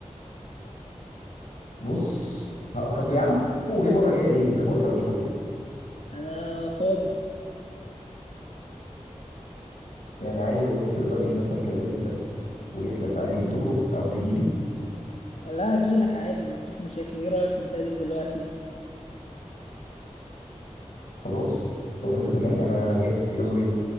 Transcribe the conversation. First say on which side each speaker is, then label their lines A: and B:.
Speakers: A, on the left (about 85°); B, on the left (about 65°).
A: بص ه- طب يا عم وليه مره جايه ليه انت فاضي ولا مش فاضي
B: انا فاضي
A: يعني عادي لو انت دلوقتي مثلا كلمتك وجيت لك عادي تخرج او تجي لي
B: لا اجيلك عادي مفيش مشاكل ايه رأيك نتقابل دلوقتي
A: خلاص لو انت تمام انا جاهز يلا بينا